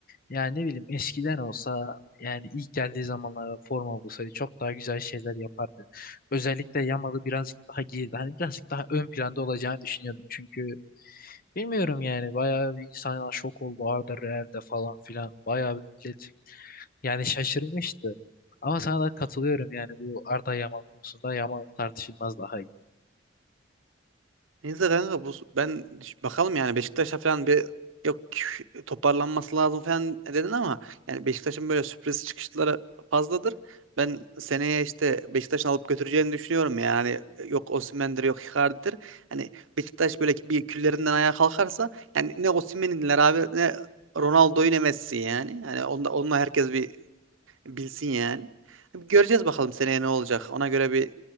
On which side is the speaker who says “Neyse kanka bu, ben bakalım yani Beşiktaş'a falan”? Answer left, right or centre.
Right